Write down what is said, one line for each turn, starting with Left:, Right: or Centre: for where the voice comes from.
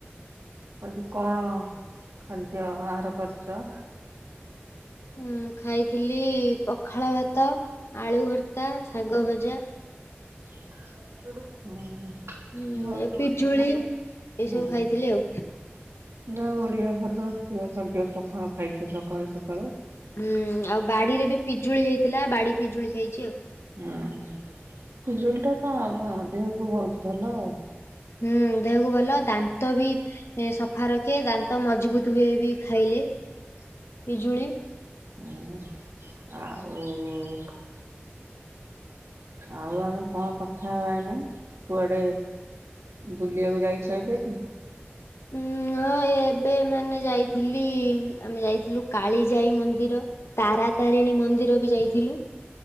Right: ଆଜି କଣ ଖାଦ୍ୟ ଆହାର କରିଚ?
Left: ଉଁ ଖାଇଥିଲି ପଖାଳଭାତ, ଆଳୁଭର୍ତ୍ତା, ଶାଗଭଜା।
Right: <inaudible>
Left: ଉଁ ପିଜୁଳି ଏଇ ସବୁ ଖାଇଥିଲି ଆଉ।
Right: ନା ଓଡିଆ ଘରର ପ୍ରିୟ ଖାଦ୍ୟ ପଖାଳ ଖାଇଚ ସକାଳୁ-ସକାଳୁ।
Left: ହୁଁ ଆଉ ବାଡିରେ ବି ପିଜୁଳି ହେଇଥିଲା ବାଡି ପିଜୁଳି ଖାଇଚି ଆଉ।
Right: ହୁଁ ପିଜୁଳି ଟା ତ ଆମ ଦେହକୁ ବହୁତୁ ଭଲ।
Left: ହୁଁ ଦେହକୁ ଭଲ ଦାନ୍ତ ବି ସଫା ରଖେ ଦାନ୍ତ ମଜବୁତ ହୁଏ ବି ଖାଇଲେ ପିଜୁଳି
Right: <unintelligible> ଆଉ ଆଉ ଆମେ କଣ କଥା ଏଇନା କୁଆଡେ ବୁଲିବାକୁ ଯାଇଛ ଏବେ କି।
Left: ଉଁ ହଁ ଏବେ ମାନେ ଯାଇଥିଲି ଆମେ ଯାଇଥିଲୁ କାଳିଜାଇ ମନ୍ଦିର। ତାରାତାରିଣୀ ମନ୍ଦିର ବି ଯାଇଥିଲୁ।